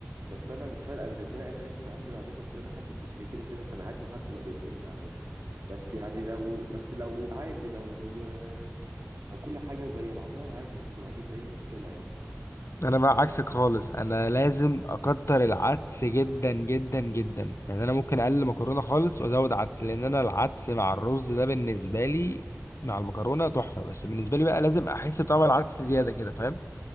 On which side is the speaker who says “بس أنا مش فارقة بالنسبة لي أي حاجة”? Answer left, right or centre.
Right